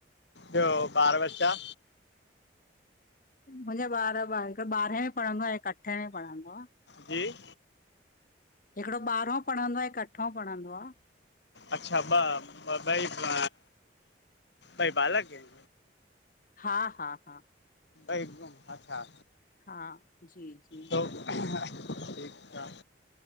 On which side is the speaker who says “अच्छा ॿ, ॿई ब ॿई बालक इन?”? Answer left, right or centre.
Left